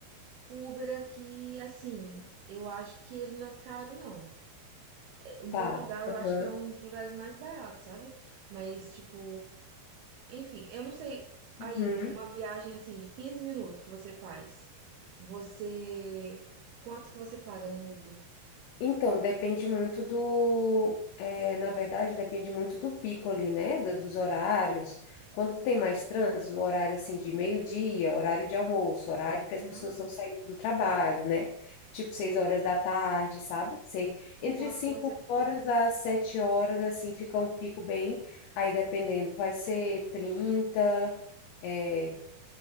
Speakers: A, on the right (about 75°); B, on the left (about 75°).
A: O Uber aqui, assim, eu acho que ele não é caro, não. Em
B: Tá.
A: Portugal, eu
B: Uhum,
A: acho que é um dos lugares mais baratos, sabe? Mas, tipo, enfim, eu não sei.
B: uhum.
A: Aí, num- uma viagem assim de 15 minutos que você faz, você. Quantos que você paga no Uber?
B: Então, depende muito do. é, na verdade, depende muito do pico ali, né? do- Dos horários. Quando tem mais trânsito, o horário assim de meio-dia, horário de almoço, horário que
A: Aham.
B: as pessoas estão saindo do trabalho, né? Tipo seis horas da tarde, sabe? Sei.
A: E
B: Entre
A: quanto
B: cinco
A: que você.
B: horas às sete horas, assim, fica um pico bem. Aí dependendo, vai ser trinta é,